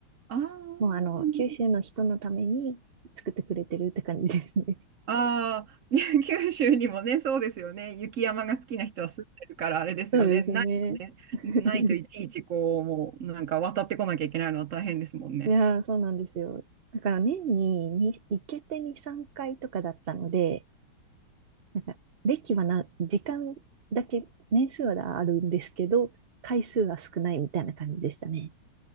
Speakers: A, on the right; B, on the right.
A: あー
B: もうあの、九州の人のために作ってくれてるって感じですね。
A: あー、ね <laughs> 九州にもね、そうですよね。雪山が好きな人は住んでるから、あれですよね。
B: <laughs> そうですね。
A: ないとね、
B: <laughs>
A: ないといちいちこう、もうなんか渡ってこなきゃいけないのは大変ですもんね。
B: いやー、そうなんですよ。だから年にに行けて2、3回とかだったので、なんか、歴はな、時間だけ、年数はあるんですけど、回数は少ないみたいな感じでしたね。